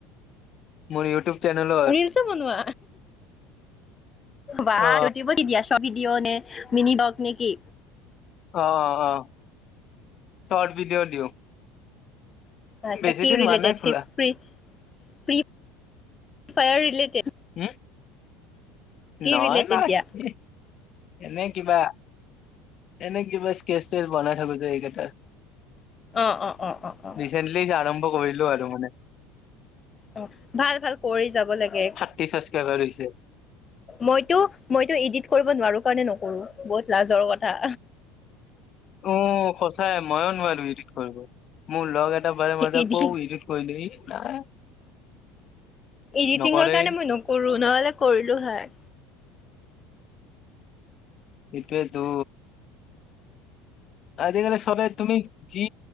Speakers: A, on the left; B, on the left.
A: মোৰ ইউটোব চেনেলৌ
B: ৰিলচো বনোৱা বা
A: অ
B: ইউটোবতো দিয়া ভিডিঅ' নে মিনি ব্লক নে কি
A: অ অ অ চট ভিডিঅ' দিওঁ
B: আচ্ছা
A: বেছি
B: কি
A: দিন
B: ৰিলেটেড
A: হোৱা নাই খোলা
B: <unintelligible> ফ্ৰী ফায়াৰ ৰিলেটেড
A: উম
B: কি
A: নহ
B: ৰিলেটেড
A: নাই
B: দিয়া
A: এ এনে কিবা এনে কিবা স্কেচ স্চেচ বনাই থাকো যে এইকেইটাৰ
B: অ অ অ অ অ
A: ৰিচেণ্টলি আৰম্ভ কৰিলো আৰু মানে
B: অ ভাল ভাল কৰি যাব লাগে।
A: থাৰ্টি ছাবস্ক্ৰাইবাৰ হৈছে।
B: মইটো মইটো ইডিট কৰিব নোৱাৰো কাৰণে নকৰো। বহুত লাজৰ কথা
A: উ' সঁচাই ময়ো নোৱাৰো ইডিট কৰিব, মোৰ লগ এটা পালে মই তাক
B: ইডি
A: কওঁ ইডিট কৰি‌ দিবি‌ নাই
B: এডিটিঙৰ
A: নকৰে
B: কাৰণে মই নকৰো, নহ'লে কৰিলো হয়।
A: সেইটোৱে তো। আজিকালি সবে তুমি যি